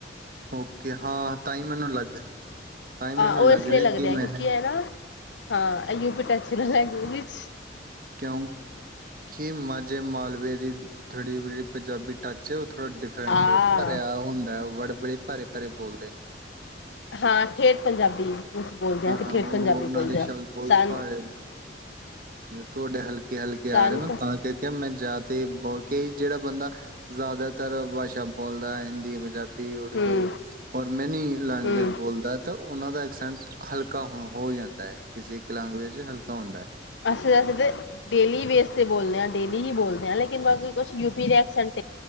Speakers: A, on the right; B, on the left.
A: ਓਕੇ ਹਾਂ ਤਾਂਹੀ ਮੈਨੂੰ ਲੱਗ -ਤਾਂਈ
B: ਅ
A: ਮੈਨੂੰ
B: ਉਹ
A: ਲੱਗ
B: ਇਸ
A: ਰਿਹਾ
B: ਲਈ
A: ਕਿ ਮੈਂ-
B: ਕਿਉਂਕਿ ਹੈ ਨਾ ਹਾਂ ਐ ਯੂ ਪੀ ਟੱਚ ਏ ਨਾ ਲੈਂਗੁਏਜ'ਚ
A: ਕਿਉਂ-ਕਿ ਮਾਝੇ ਮਾਲਵੇ ਦੀ- ਬੜੀ ਬੜੀ ਪੰਜਾਬੀ ਟੱਚ ਥੋੜ੍ਹਾ ਡਿਫਰੈਂਟ
B: ਹਾਂ
A: ਏ। ਭਰਿਆ ਹੁੰਦਾ ਵਰਡ ਬੜੇ ਭਾਰੇ -ਭਾਰੇ ਬੋਲਦੇ।
B: ਹਾਂ ਠੇਠ ਪੰਜਾਬੀ ਅਸੀਂ ਬੋਲਦੇ
A: ਹਾਂ
B: ਕਿ ਠੇਠ
A: ਉਹ
B: ਪੰਜਾਬੀ
A: ਉਹਨਾਂ
B: ਬੋਲਦੇ
A: ਦੇ ਸ਼ਬਦ
B: ਹਾਂ
A: ਬਹੁਤ
B: ਸਨ
A: ਭਾ- ਤੁਹਾਡੇ ਹਲਕੇ ਹਲਕੇ
B: ਸੰਤ
A: ਆ ਰੇ ਨੇ ਮੈ ਤਾਂ ਤੇ ਕਿਆ ਮੈਂ ਜਾਦਾ- ਤੇ ਬ ਕਈ ਜੇੜਾ ਬੰਦਾ ।ਜ਼ਿਆਦਾਤਰ ਵਾਸ਼ਾ ਬੋਲਦਾ ਏ ਹਿੰਦੀ, ਪੰਜਾਬੀ ਹਿੰਦੀ, ਉਰਦੂ
B: ਹਮ
A: ਹੋਰ ਮੈਨੀ ਲੈਂਗੁਏਜ
B: ਹਮ
A: ਬੋਲਦਾ ਤੇ ਉਹਨਾਂ ਦਾ ਐਕਸੈਂਟ ਹਲਕਾ ਹ ਹੋ ਜਾਂਦਾ ਐ। ਕਿਸੇ ਇੱਕ ਲੈਂਗੁਏਜ' ਚ ਹਲਕਾ ਹੁੰਦਾ ਐ।
B: ਅਸੀਂ ਏਸੇ ਤੇ ਡੇਲੀ ਵੇਸ ਤੇ ਬੋਲਦੇ ਆਂ ਡੇਲੀ ਈ ਬੋਲਦੇ ਆ ਲੇਕਿਨ ਬਾਕੀ ਕੁਛ ਯੂਪੀ ਰੈ ਕੇ ਸੈਂਟਰ